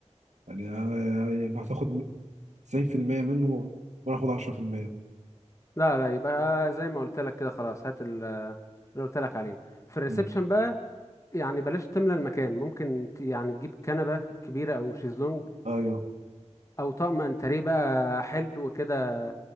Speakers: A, on the right; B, on the left.
A: يعني أنا- يعني هتاخد 90% منه وانا اخد 10%
B: لا لا يبقى زي ما قلت لك كده خلاص هات ال- اللي قلت لك عليه في الريسبشن
A: مم.
B: بقى يعني بلاش تملى المكان ممكن ت- يعني تجيب كنبة كبيرة أو شيزلونج
A: ايوه
B: أو طقم انتريه بقى حلو كده